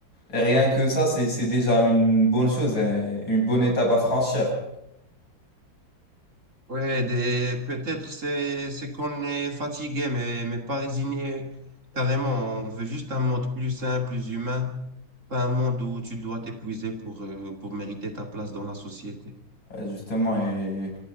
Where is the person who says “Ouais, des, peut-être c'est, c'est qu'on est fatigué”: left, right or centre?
Right